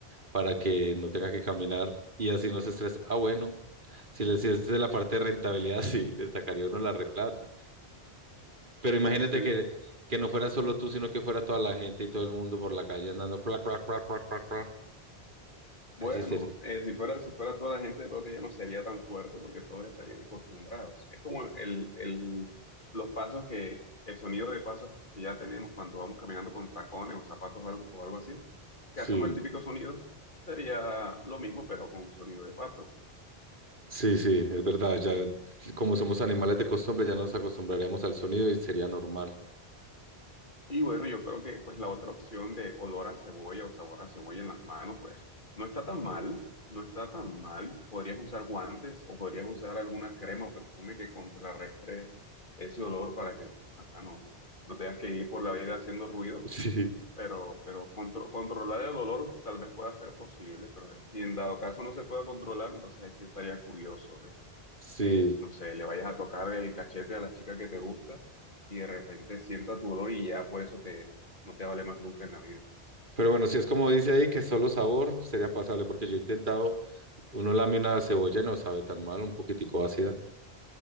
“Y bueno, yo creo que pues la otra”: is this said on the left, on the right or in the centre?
Left